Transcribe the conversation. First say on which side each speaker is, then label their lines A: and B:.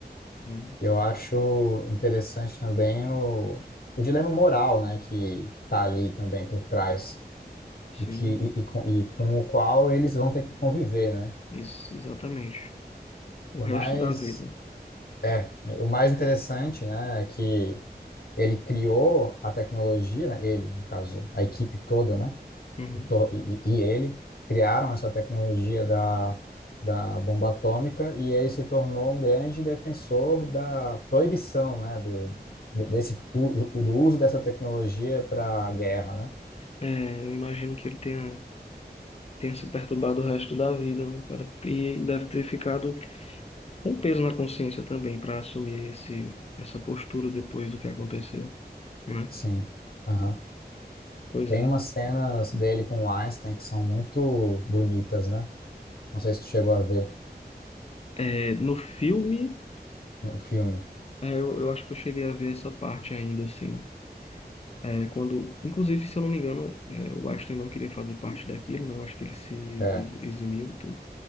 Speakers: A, on the left (about 40°); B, on the left (about 60°).
A: né?
B: Eu acho interessante também o, o dilema moral, né, que, que tá ali também por trás
A: Sim,
B: e que e, e com, e com o qual eles vão ter que conviver, né?
A: isso, exatamente. O
B: O
A: resto
B: mais
A: da vida.
B: é, o mais interessante, né, é que ele criou a tecnologia, né, ele, no caso, a equipe toda, né?
A: Uhum.
B: to- e, e ele criaram essa tecnologia da, da bomba atômica e ele se tornou um grande defensor da proibição, né, do, desse, u- do uso dessa tecnologia para guerra, né?
A: É, eu imagino que ele tenha, tenha se perturbado o resto da vida, né, cara? E deve ter ficado com peso na consciência também para assumir esse, essa postura depois do que aconteceu, né?
B: Sim. Aham.
A: Pois
B: Tem
A: é.
B: umas cenas dele com o Einstein que são muito bonitas, né? Não sei se tu chegou a ver
A: É, no filme,
B: no filme.
A: é, eu, eu acho que eu cheguei a ver essa parte ainda, assim. É, quando, inclusive, se eu não me engano, é, o Einstein não queria fazer parte daquilo, né? Eu acho que ele se ex-
B: É,
A: eximiu e tudo.